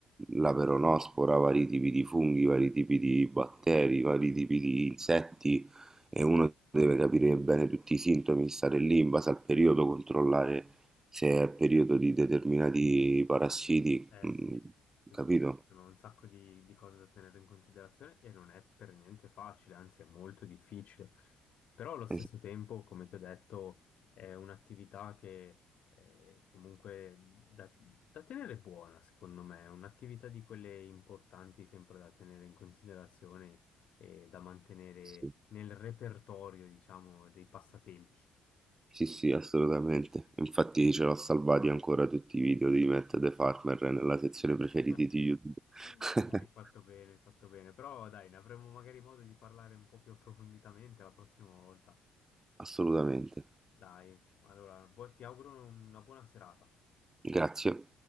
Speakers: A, on the right (about 20°); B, on the left (about 60°).
A: la peronospora, vari tipi di funghi, vari tipi di batteri, vari tipi di insetti e uno deve capire bene tutti i sintomi, stare lì in base al periodo, controllare se è periodo di determinati parassiti,
B: Eh
A: mm,
B: sì, sì,
A: capito?
B: sì, ci sono un sacco di, di cose da tenere in considerazione e non è per niente facile, anzi è molto difficile. Però allo stesso
A: Eh, Sì,
B: tempo, come ti ho detto, è un'attività che è comunque da, da tenere buona, secondo me, è un'attività di quelle importanti sempre da tenere in considerazione e da mantenere
A: sì,
B: nel repertorio, diciamo, dei passatempi.
A: sì, sì, assolutamente. Infatti ce l'ho salvati ancora tutti i video di Matt the Farmer nella sezione preferiti
B: <laughs>
A: di YouTube.
B: Mm.
A: <laughs>
B: Eh, hai fatto bene, hai fatto bene. Però dai, ne avremo magari modo di parlare un po' più approfonditamente la prossima volta.
A: Assolutamente.
B: Dai, allora, bu- ti auguro una buona serata.
A: Grazie.